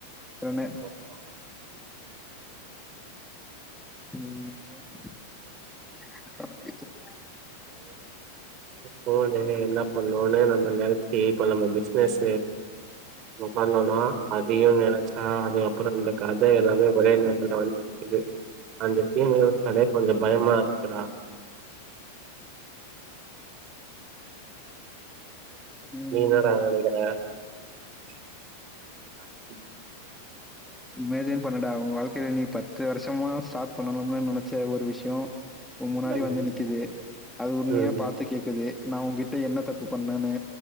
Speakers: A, in the centre; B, on the right.
A: <unintelligible>
B: <inaudible>
A: <inaudible>
B: போனு என்ன பண்ணுனு நம்ம நெனச்சி இப்ப நம்ம பிசினஸ் பண்ணுனா அதையு நெனச்சா அதுக்கப்ரோ இந்த கத எல்லாமே ஒரே நேரத்துல வந்துருக்குது அந்த சீன் யோசிச்சாலே கொஞ்சோ பயமாருக்குடா
A: ம்
B: நீ என்னாடா நெனைக்ற <inaudible>
A: இமேஜின் பண்ணுடா ஒ வாழ்க்கைல நீ பத்து வருஷமா ஸ்டார்ட் பண்ணனுனு நெனைச்ச ஒரு விஷ்யோ ஒ முன்னாடி
B: ம்
A: வந்து நிக்குது அது உண்மையா
B: ம்
A: பாத்து கேக்குது நா உன் கிட்ட என்ன தப்பு பண்ணனனு